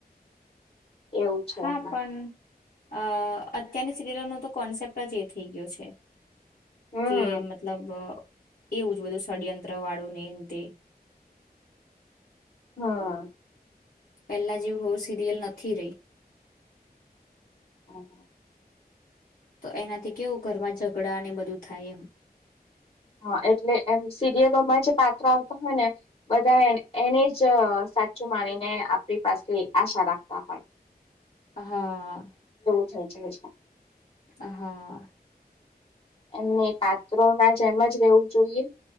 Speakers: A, on the left; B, on the left.
A: એવું છે
B: હા
A: એમા.
B: પણ અ અત્યારની સિરિયલનો તો કોન્સેપ્ટ જ એ થઈ ગયો છે.
A: હમ
B: કે મતલબ એવું જ બધું ષડયંત્ર વાળુંને એ ને તે.
A: હા.
B: પહેલા જેવું હો સિરિયલ નથી રહી.
A: હમ્મ.
B: તો એનાથી કેવું ઘરમાં ઝઘડા ને બધું થાય એમ.
A: હા એટલે એમ સિરિયલોમાં જે પાત્ર આવતા હોય ને બધા એને જ સાચું માનીને આપણી પાસે આશા રાખતા હોય.
B: હા.
A: જય જય કૃષ્ણ.
B: હ હા.
A: એમને પાત્રો ના જેમ જ રહેેવું જોઈએ.